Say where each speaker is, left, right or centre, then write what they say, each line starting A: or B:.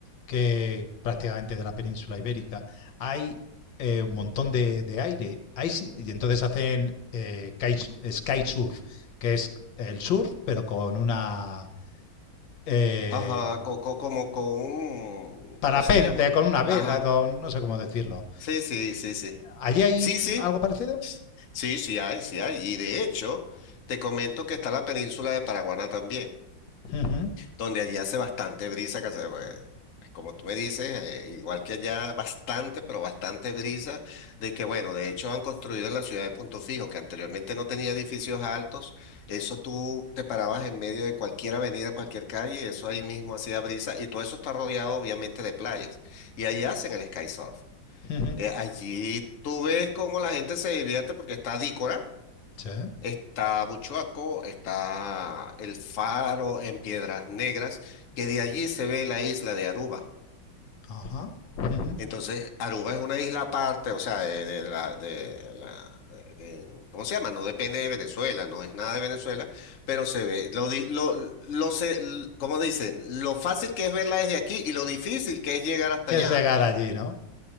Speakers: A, on the left; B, on the left.
A: que prácticamente de la península ibérica, hay eh, un montón de, de aire. Hay, si- y entonces hacen eh, kite- sky surf, que es el surf, pero con una eh,
B: Ajá, co- co- como con, un-
A: parapente,
B: ¿cómo se llama?
A: con una vela,
B: Ajá,
A: con no sé cómo decirlo.
B: sí, sí, sí, sí.
A: ¿Allí hay
B: Sí, sí,
A: algo parecido?
B: sí, sí hay, sí hay. Y de hecho, te comento que está la península de Paraguaná también.
A: Ujú,
B: donde allí hace bastante brisa, que hace, pues, como tú me dices, eh, igual que allá, bastante, pero bastante brisa, de que bueno, de hecho han construido en la ciudad de Punto Fijo, que anteriormente no tenía edificios altos, eso tú te parabas en medio de cualquier avenida, cualquier calle, y eso ahí mismo hacía brisa, y todo eso está rodeado obviamente de playas, y ahí hacen el sky surf.
A: ujú.
B: Eh, allí tú ves cómo la gente se divierte porque está Dícora.
A: Sí,
B: Está Buchoaco, está el faro en Piedras Negras, que de allí se ve la isla de Aruba.
A: ajá. ujú.
B: Entonces, Aruba es una isla aparte, o sea, de, de la, de la- en- ¿cómo se llama? No depende de Venezuela, no es nada de Venezuela, pero se ve, lo, di- lo, lo se, ¿cómo dicen? Lo fácil que es verla desde aquí y lo difícil que es llegar hasta
A: ¿Qué
B: allá.
A: es llegar allí, no?